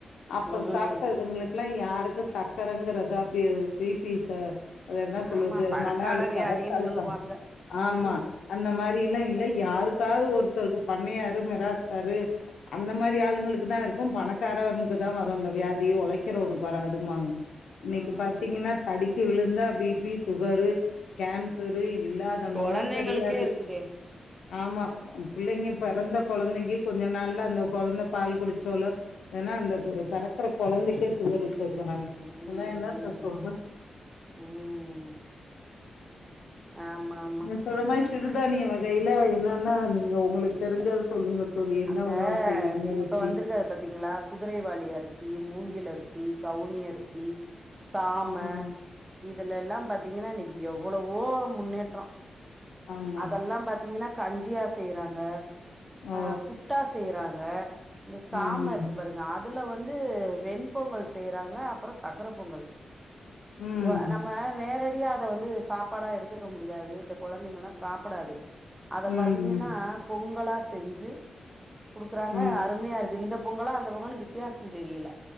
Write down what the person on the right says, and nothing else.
ம்
ஆமா பணக்கார
வியாதின்னு
சொல்லுவாங்க ம்
ம்
ம்
கொழந்தைங்களுக்கே
இருக்குதே
ம்
ம்
ம் ஆமா ஆமா
அந்த
இப்ப
வந்திருக்கரு பாத்தீங்ளா குதிரைவாளி அரிசி மூங்கில் அரிசி கவுனி அரிசி சாம
இதுல எல்லாம் பாத்தீங்கன்னா இன்னைக்கு எவ்வளவோ முன்னேற்றோ
அதெல்லா பாத்தீங்கன்னா கஞ்சியா செய்யறாங்க
ஆ புட்டா செய்யறாங்க இந்த சாம
இருக்கு பாருங்க அது அதுல வந்து வெண்பொங்கல் செய்றாங்க அப்பறோ சக்கர பொங்கல்
வ நம் ம நேரடியா அத வந்து சாப்பாடா எடுத்துக்க முடியாது இந்த கொழந்தைங்கல்லா சாப்படாது அத
பாத்தீங்கன்னா பொங்கலா செஞ்சு குடுக்குறாங்க
அருமையா இருக்கு இந்த பொங்கலா அந்த பொங்கன் வித்தியாசம் தெரியல